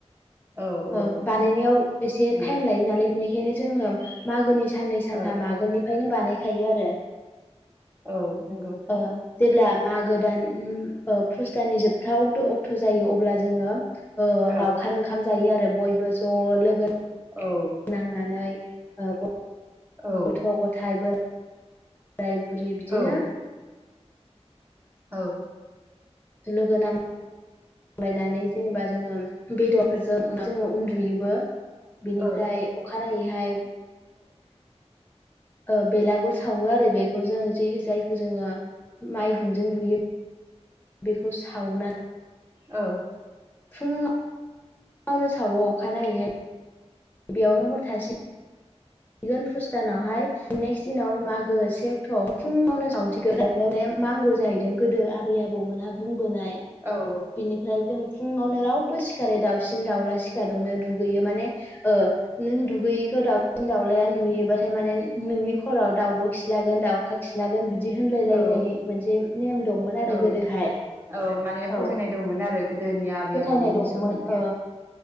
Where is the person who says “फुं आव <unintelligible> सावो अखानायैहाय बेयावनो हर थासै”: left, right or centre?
Left